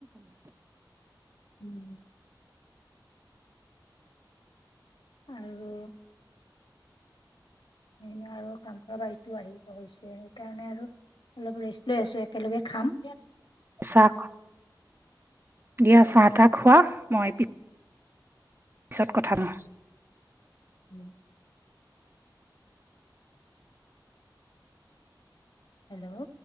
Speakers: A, on the left; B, on the right.
A: <inaudible> আৰু। এ আৰু কাম কৰা বাইটো আহিব হৈছে সেইকাৰণে আৰু। অলপ ৰেষ্ট লৈ আছো একেলগে খাম।
B: চাহ দিয়া চাহ তাহ খোৱা মই পি পিছত কথা পাতিম
A: <inaudible> হেল্লো'।